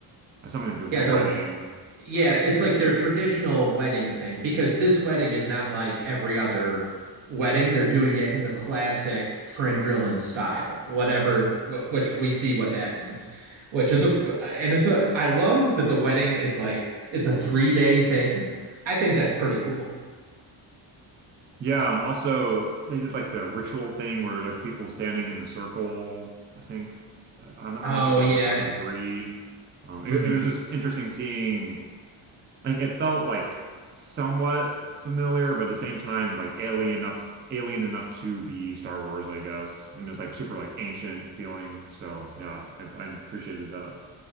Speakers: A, on the right; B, on the right.
A: has something to do with
B: Yeah,
A: the
B: the
A: wedding.
B: yeah, it's like their traditional wedding thing because this wedding is not like every other wedding. They're doing it in the classic Trendrillen style, whatever, wh which we see what that means, which is a and it's a I love that the wedding is like it's a three day thing. I think that's pretty cool.
A: Yeah, and also they did like the ritual thing where like the people standing in the circle. I think Uh, I'm, I'm
B: Oh
A: not sure if that
B: yeah,
A: was episode three. Um, it,
B: mm,
A: it was just interesting seeing like it felt like somewhat familiar, but at the same time like alien enough alien enough to be Star Wars, I guess. And it was like super like ancient feeling. So yeah, I, I appreciated that.